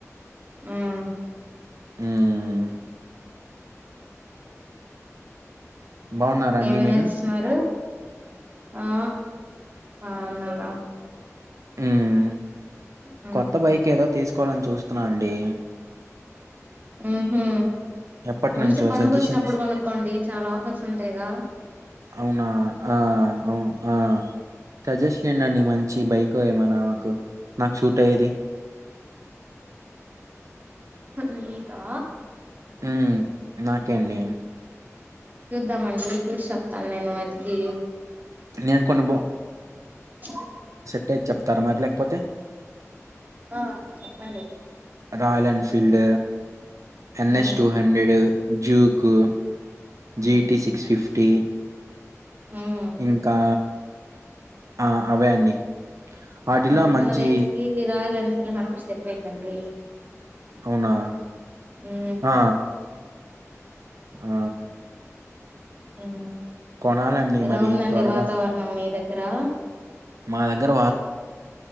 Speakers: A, on the right (about 35°); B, on the right (about 75°).
A: మ్మ్
B: మ్ బాగున్నారా అండి
A: ఏం
B: మీరు
A: చేస్తున్నారు ఆ ఆ అన్నాగా
B: ఉమ్మ్
A: మ్మ్
B: కొత్త బైక్ ఏదో తీస్ కోవాలని చూస్తున్నా అండి
A: ఊహూ
B: ఎప్పటి
A: మంచి
B: నుంచో
A: పండుగ
B: సజెషన్స్
A: వచ్చినప్పుడు కొనుక్కోండి చాలా ఆఫర్స్ ఉంటాయిగా
B: అవునా ఆ అవు ఆ సజెస్ట్ చేయండండి మంచి బైక్ ఏమనా నాకు సూట్ అయ్యేది
A: నీకా
B: మ్మ్ నాకే అండీ
A: చూద్దామండి చూసి చెప్తాన్ నేను వెతికి
B: నేను కొన్ని
A: <unintelligible>
B: <unintelligible> చెప్తార మరి లేకపోతే
A: ఆ చెప్పండి
B: రాయల్ ఎన్ఫీల్డ్, ఎన్
A: మ్మ్
B: ఎస్ టూ హండ్రెడ్ జ్యూకు జీ
A: మ్మ్
B: టి సిక్స్ ఫిఫ్ టి
A: మ్మ్
B: ఇంకా ఆ అవే అండి వాటిలో
A: మనకున్న
B: మంచి
A: రేంజ్ కి ఈ రాయల్ ఎన్ ఫీలిమంటూ సరిపోయిద్దండి
B: అవునా
A: మ్మ్
B: ఆ ఆ
A: ఉం
B: కొనాలండి
A: ఎలా
B: మరి
A: ఉందండి
B: త్వరగా
A: వాతావరణం మీ దగ్ కరా
B: మా దగ్గర